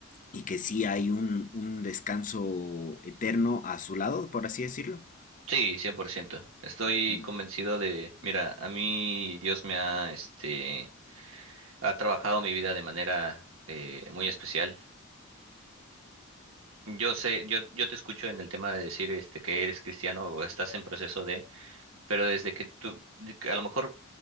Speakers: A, on the left; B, on the right.
A: y que sí hay un, un descanso eterno a su lado, por así decirlo?
B: Sí, cien por ciento Estoy
A: Ujú,
B: convencido de, mira, a mí Dios me ha, este, ha trabajado mi vida de manera eh, muy especial Yo sé, yo, yo te escucho en el tema de decir este que eres cristiano o estás en proceso de, pero desde que tú, de que a lo mejor